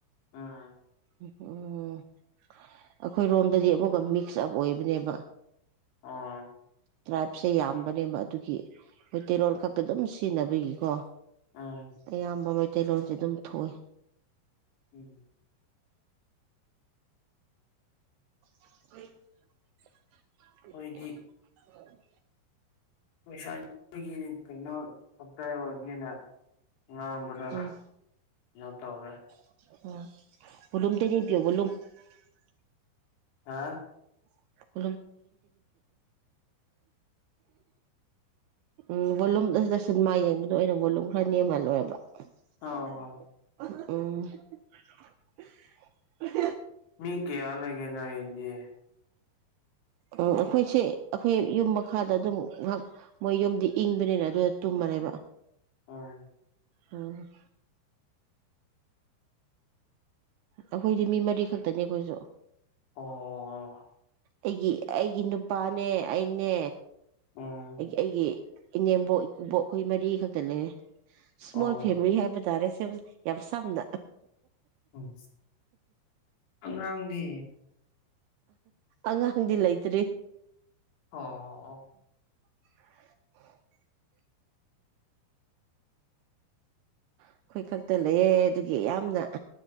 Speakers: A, on the left (about 75°); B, on the right (about 80°).
A: ꯎꯝ
B: ꯎꯝ ꯎꯝ ꯑꯩꯈꯣꯏ ꯔꯣꯝꯗꯗꯤ ꯑꯃꯨꯛꯀ ꯃꯤꯛꯁ ꯁꯞ ꯑꯣꯏꯕꯅꯦꯕ
A: ꯑꯥ
B: ꯇ꯭ꯔꯥꯏꯞꯁꯦ ꯌꯥꯝꯕꯅꯦꯕ ꯑꯗꯨꯒꯤ ꯃꯩꯇꯩꯔꯣꯜ ꯈꯛꯇ ꯑꯗꯨꯝ ꯁꯤꯖꯤꯟꯅꯕꯒꯤꯀꯣ
A: ꯎꯝ
B: ꯑꯌꯥꯝꯕ ꯃꯩꯇꯩꯂꯣꯟꯁꯦ ꯑꯗꯨꯝ ꯊꯣꯛꯑꯦ
A: ꯎꯝ
B: <inaudible> <inaudible>
A: ꯈꯣꯏꯗꯤ ꯄꯩꯁꯥꯒꯤ ꯀꯩꯅꯣ ꯈꯛ ꯑꯣꯏꯅꯤꯅ ꯉꯥꯡꯕꯗ
B: ꯎꯝ
A: ꯀꯩꯅꯣ ꯇꯧꯔꯦ
B: <unintelligible>
A: ꯍꯥ
B: <unintelligible> ꯎꯝ ꯕꯣꯂꯨꯝꯗ ꯁꯤꯟꯃꯥ ꯌꯦꯡꯕꯗꯣ ꯑꯩꯅ ꯕꯣꯂꯨꯝ ꯈꯔ ꯅꯦꯝꯍꯜꯂꯣ ꯍꯥꯏꯕ <unintelligible>
A: ꯑꯧ ꯍꯣ ꯃꯤ ꯀꯌꯥ ꯂꯩꯒꯦ ꯅꯣꯏꯗꯤ
B: ꯎꯝ ꯑꯩꯈꯣꯏꯁꯦ ꯑꯩꯈꯣꯏ ꯌꯨꯝ ꯃꯈꯥꯗ ꯑꯗꯨꯝ ꯉꯥꯍꯥꯛ ꯃꯣꯏ ꯌꯨꯝꯗꯤ ꯏꯪꯕꯅꯤꯅ ꯑꯗꯨꯗ ꯇꯨꯝꯃ ꯂꯩꯕ
A: ꯎꯝ
B: ꯎꯝ ꯑꯩꯈꯣꯏꯗꯤ ꯃꯤ ꯃꯔꯤ ꯈꯛꯇꯅꯤ ꯑꯩꯈꯣꯏꯖꯨ
A: ꯑꯣ
B: ꯑꯩꯒꯤ ꯑꯩꯒꯤ ꯅꯨꯄꯥꯅꯦ ꯑꯩꯅꯦ
A: ꯎꯝ
B: ꯑꯩꯒꯤ ꯏꯅꯦꯝꯕꯣꯛ ꯏꯀꯨꯕꯣꯛ ꯑꯩꯈꯣꯏ ꯃꯔꯤ ꯈꯛꯇ ꯂꯩꯔꯦ ꯁ꯭ꯃꯣꯜ
A: ꯑꯣ
B: ꯐꯦꯃꯤꯂꯤ ꯍꯥꯏꯕ ꯇꯥꯔꯦ ꯌꯥꯝ ꯁꯝꯅ
A: ꯎꯝ ꯑꯉꯥꯡꯗꯤ
B: ꯑꯉꯥꯡꯗꯤ ꯂꯩꯇ꯭ꯔꯤ
A: ꯑꯣ ꯑꯣ
B: <unintelligible>
A: <inaudible>
B: ꯑꯩꯈꯣꯏ ꯈꯛꯇ ꯂꯩꯌꯦ ꯑꯗꯨꯒꯤ ꯌꯥꯝꯅ